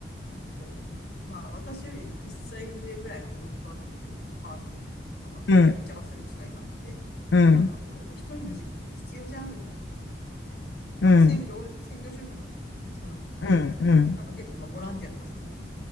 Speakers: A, on the left; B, on the left.
A: なんかこう、まあ私より1歳上ぐらいの子供を育ててるお母さんとかとなんかお茶をする機会があって、
B: うん、うん、
A: で、なんかこう、やっぱ一人の時間とか必要じゃんみたいなことを言ってて、あの、
B: うん、
A: 専業、
B: うん、
A: 専業主婦なんだけどね、その人は。
B: うん、うん、
A: なんか結構まあボランティアとかそういうのを